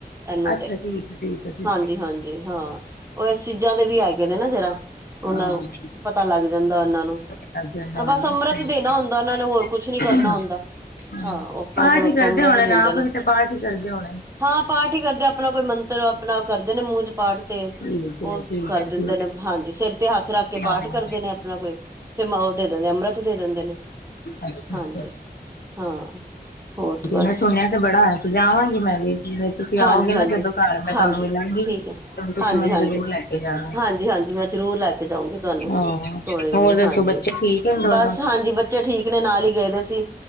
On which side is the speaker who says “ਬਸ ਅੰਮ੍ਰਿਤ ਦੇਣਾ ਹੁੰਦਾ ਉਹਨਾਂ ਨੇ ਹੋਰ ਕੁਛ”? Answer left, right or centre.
Right